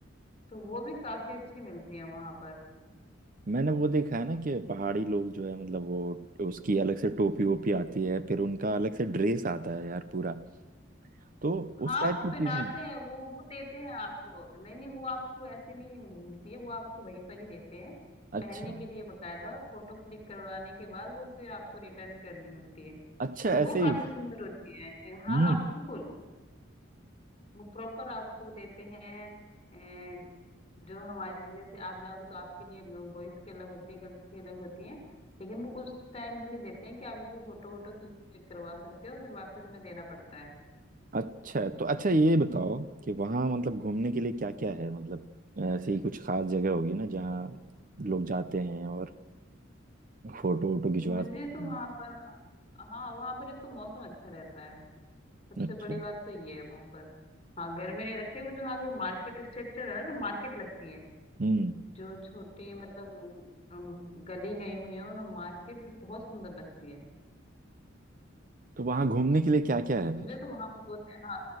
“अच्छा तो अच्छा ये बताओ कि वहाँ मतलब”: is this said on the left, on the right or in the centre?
Right